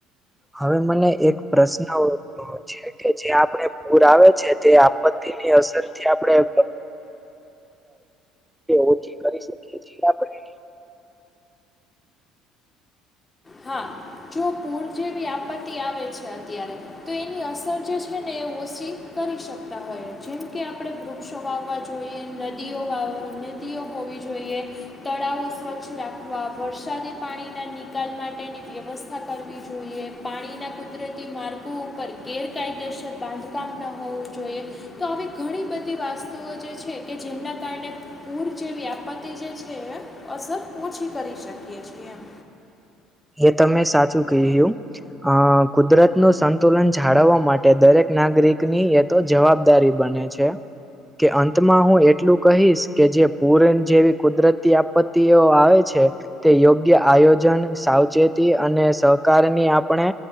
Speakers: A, in the centre; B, on the left (about 20°).
A: હવે મને એક પ્રશ્ન ઉદ્દભવ છે, કે જે આપણે પૂર આવે છે તે આપત્તિની અસરથી આપણેે ઓછી કરી શકીએ છીએ આપણે
B: હા, જો પૂર જેવી આપત્તિ આવે છે અત્યારે તો એની અસર જે છે ને એ ઓછી કરી શકતા હોય, જેમ કે આપણેે વૃક્ષો વાવવા જોઈએ, નદીઓ વા નદીઓ હોવી જોઈએ તળાવો સ્વચ્છ રાખવા, વરસાદી પાણીના નીકાલ માટેની વ્યવસ્થા કરવી જોઈએ પાણીના કુદરતી માર્ગો પર ગેરકાયદેસર બાંધકામ ન હોવું જોઈએ તો આવી ઘણી બધી વાસ્તુઓ જે છે કે જેમના કારણે પૂર જેવી આપત્તિ જે છે અસર ઓછી કરી શકીએ છીએ એમ
A: એ તમે સાચું કહયું અ કુદરત નું સંતુલન જાળવવા માટે દરેક નાગરિકની એક તો જવાબદારી બને છે કે અંતમાં હું એટલું કહીશ કે જે પૂર જેવી કુદરતી આપત્તિઓ આવે છે તે યોગ્ય આયોજન સાવચેતી અને સહકાર ની આપણે